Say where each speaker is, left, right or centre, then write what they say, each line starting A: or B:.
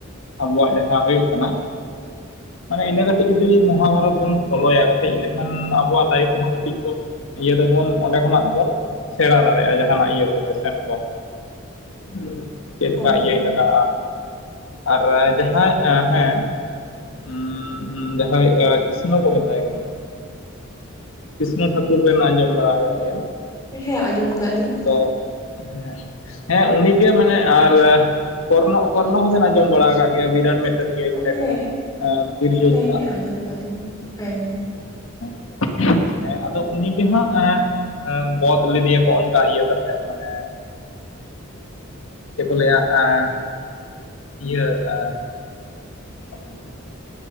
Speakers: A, on the left; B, on the left.
A: ᱟᱵᱚᱣᱟᱜ ᱡᱟᱦᱟᱸ ᱦᱳᱭᱳᱜ ᱠᱟᱱᱟ ᱾ ᱢᱟᱱᱮ ᱤᱱᱟᱹ ᱠᱟᱹᱴᱤᱡ ᱾ ᱡᱩᱫᱤ ᱢᱟᱦᱟᱵᱟᱨᱚᱛ ᱵᱚᱱ ᱯᱷᱳᱞᱳᱭᱟ ᱠᱟᱹᱴᱤᱡ ᱤᱱᱟᱹᱠᱷᱟᱱ ᱟᱵᱚᱣᱟᱜ ᱞᱟᱤᱯᱷ ᱨᱮᱦᱚᱸ ᱠᱟᱹᱴᱤᱡ ᱠᱚ ᱾ ᱤᱭᱟᱹ ᱫᱚᱵᱚᱱ ᱚᱸᱰᱮ ᱠᱷᱚᱱᱟᱜ ᱵᱚᱱ ᱥᱮᱬᱟ ᱫᱟᱲᱮᱭᱟᱜᱼᱟ ᱡᱟᱦᱟᱱᱟᱜ ᱤᱭᱟᱹ ᱠᱚᱞᱮ ᱥᱮᱱ ᱵᱚᱱ ᱾ <inaudible> ᱪᱮᱫ ᱞᱮᱠᱟ
B: ᱦᱳᱭ
A: ᱤᱭᱟᱹ ᱞᱟᱜᱟᱜᱼᱟ ᱟᱨ ᱡᱟᱦᱟᱸᱭ ᱮᱸ ᱦᱮᱸ ᱼᱼ ᱩᱢ ᱡᱟᱦᱟᱸᱭ ᱮᱸ ᱠᱨᱤᱥᱱᱚ ᱠᱚ ᱢᱮᱛᱟᱭ ᱠᱟᱱᱟ ᱾ ᱠᱨᱤᱥᱱᱚ ᱴᱷᱟᱠᱩᱨ ᱵᱮᱱ ᱟᱸᱡᱚᱢ ᱵᱟᱲᱟ ᱟᱠᱟᱜ ᱜᱮᱭᱟ ᱾
B: ᱦᱮᱸ ᱟᱸᱡᱚᱢ ᱠᱟᱞᱤᱧ ᱾
A: ᱛᱚ ᱦᱮᱸ ᱦᱮᱸ ᱩᱱᱤᱜᱮ ᱢᱟᱱᱮ ᱟᱨ ᱠᱚᱨᱱᱚ ᱠᱚᱨᱱᱚ ᱦᱚᱸᱵᱮᱱ ᱟᱸᱡᱚᱢ ᱵᱟᱲᱟ ᱠᱟᱜ ᱜᱮᱭᱟ ᱵᱤᱨᱟᱴ ᱢᱮᱜ ᱴᱮᱱ ᱤᱭᱟᱹ
B: ᱦᱮᱸ
A: ᱛᱟᱦᱮᱸ ᱠᱟᱱᱟ ᱵᱤᱨᱡᱳᱛ
B: ᱦᱮᱸ
A: ᱾
B: ᱦᱮᱸ ᱟᱸᱡᱚᱢ ᱠᱟᱞᱤᱧ ᱦᱮᱸ ᱾
A: <inaudible> ᱦᱮᱸ ᱟᱫᱚ ᱩᱱᱤᱜᱮ ᱦᱟᱸᱜ ᱟᱸ ᱵᱚᱫ ᱞᱮᱫᱮᱭᱟᱠᱚ ᱚᱱᱠᱟ ᱤᱭᱟᱹ ᱠᱟᱛᱮᱜ ᱢᱟᱱᱮ ᱪᱮᱜ ᱠᱚ ᱞᱟᱹᱭᱟ ᱮᱸ ᱤᱭᱟᱹ ᱟ ᱾ <inaudible>